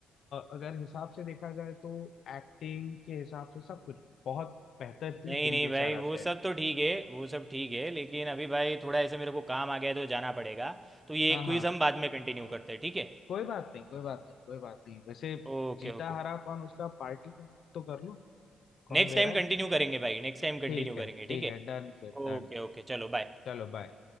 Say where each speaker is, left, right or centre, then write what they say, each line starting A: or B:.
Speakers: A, on the left (about 65°); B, on the right (about 15°).
A: अगर हिसाब से देखा जाए तो एक्टिंग के हिसाब से सब कुछ बहुत बेहतर थी
B: नहीं
A: दिल
B: नहीं
A: बेचारा
B: भाई वो
A: से
B: सब तो ठीक है वो सब ठीक है लेकिन अभी भाई थोड़ा ऐसे मेरे को काम आ गया है, तो जाना पड़ेगा तो ये
A: हाँ हाँ
B: क्विज हम बाद में कंटिन्यू करते हैं ठीक है
A: कोई बात नहीं कोई बात नहीं कोई बात नहीं वैसे
B: Okay
A: जीता
B: Okay
A: हरा कौन उसका पार्टी का बात तो कर लो कौन
B: Next
A: दे
B: time
A: रहा
B: continue
A: है
B: करेंगे भाई नेक्स्ट टाइम
A: ठीक
B: कंटिन्यू
A: है
B: करेंगे
A: ठीक
B: ठीक है
A: है डन फिर डन
B: ओके
A: डन
B: ओके चलो बाय
A: चलो बाय